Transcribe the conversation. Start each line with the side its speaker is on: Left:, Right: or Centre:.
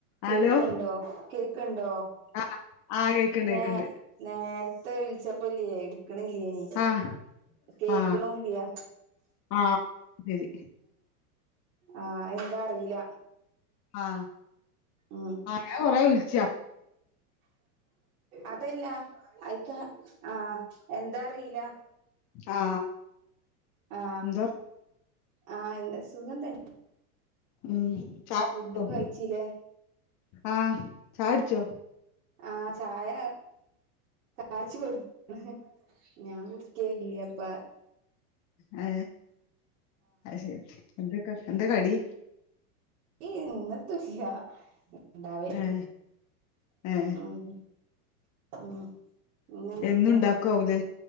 Left: Hello
Right: കേക്കണ്ടോ കേക്കുണ്ടോ
Left: ആ ആ കേക്ക്ണ്ട് കേക്ക്ണ്ട്
Right: നേ നേരത്തെ വിളിച്ചപ്പല്ലിയ കേക്കണല്ലയനി
Left: ആ
Right: കേക്കണ
Left: ആ
Right: ഇല്ലയ
Left: ആ ശരി
Right: ആ എന്താ അറിയില്ല
Left: ആ
Right: ഉം
Left: ആ ഞാൻ കൊറെ വിളിച്ച്
Right: അതല്ല അയിക്ക ആ എന്താ അറിയില്ല
Left: ആ ആ
Right: ആ
Left: എന്താ
Right: ആ എന്താ സുഖം തന്നെ
Left: ഉം ചായ
Right: ഫൂഡ്
Left: കുടിച്ചോ
Right: കഴിച്ചിയില്ലോ
Left: ആ ചായകുടിച്ചോ
Right: ആ ചായ കച്ചി കൊടുത്താണ് ഞാൻ ഉടുക്കേ ഇല്ല അപ്പ
Left: അ അത് ശെരി എന്തൊക്കെ എന്താ കടി
Right: ഇന്നത്തൂല്ല ഇണ്ടാവേണ്ടേ
Left: ഏ ഏ
Right: ഉം ഉം ഇങ്ങെന്തൊക്കെ
Left: എന്നും ഉണ്ടാക്കാവൂലേ